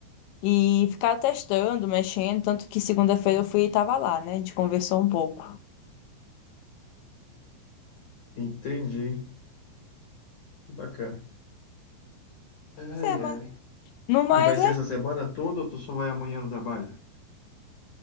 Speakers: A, on the left; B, on the left.
A: e ficaram testando, mexendo. Tanto que segunda-feira eu fui e tava lá, né? A gente conversou um pouco.
B: Entendi. Que bacana. Ai,
A: Mas é, mas.
B: ai.
A: No mais
B: E vai ser essa semana toda ou tu só vai amanhã no trabalho?